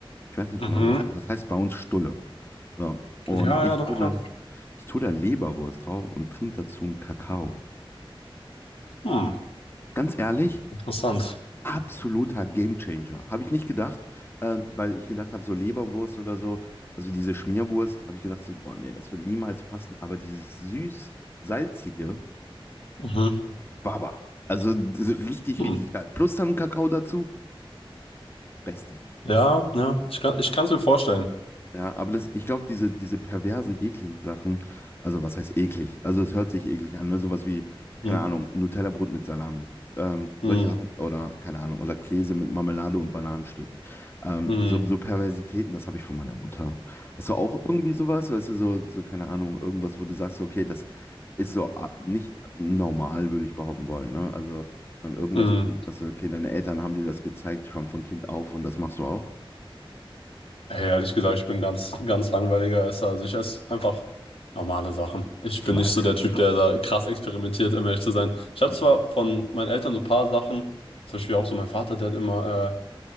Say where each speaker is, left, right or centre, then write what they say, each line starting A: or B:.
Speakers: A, on the left (about 25°); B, on the left (about 85°).
A: Ich weiß nicht
B: Mhm.
A: genau, wie das, also das heißt bei uns Stulle. So, und
B: Ja,
A: ich
B: ja, doch
A: tue
B: klar.
A: da, ich tue da Leberwurst drauf und trinke dazu einen Kakao.
B: Hm.
A: Ganz ehrlich,
B: Interessant.
A: absoluter Gamechanger. Habe ich nicht gedacht, äh, weil ich gedacht habe, so Leberwurst oder so, also diese Schmierwurst, habe ich gedacht, so, boah, nee, das wird niemals passen. Aber dieses süß-salzige,
B: Mhm.
A: Baba. Also das ist richtig,
B: Hm.
A: richtig geil. Plus dann Kakao dazu, beste.
B: Ja, ja, ich kann, ich kann es mir vorstellen.
A: Ja, aber das, ich glaube, diese, diese perversen, ekligen Sachen, also was heißt eklig? Also es hört sich eklig an, ne? Sowas wie, keine
B: Mhm.
A: Ahnung, Nutella-Brot mit Salami. Ähm, solche
B: Mhm.
A: Sachen, oder keine Ahnung, oder Käse mit Marmelade und Bananenstücken. Ähm,
B: Mhm.
A: so, so Perversitäten, das habe ich von meiner Mutter. Hast du auch irgendwie sowas? Weißt du, so, so, keine Ahnung, irgendwas, wo du sagst, okay, das ist so ah, nicht normal, würde ich behaupten wollen, ne? Also, an irgendwas,
B: Mhm.
A: wo du sagst, okay, deine Eltern haben dir das gezeigt, schon von Kind auf und das machst du auch?
B: Hey, ehrlich gesagt, ich bin ganz, ganz langweiliger Esser. Also ich esse einfach normale Sachen. Ich
A: Fleisch.
B: bin nicht so der Typ, der da krass experimentiert, um ehrlich zu sein. Ich habe
A: Okay.
B: zwar von meinen Eltern so ein paar Sachen, zum Beispiel auch so mein Vater, der hat immer, äh,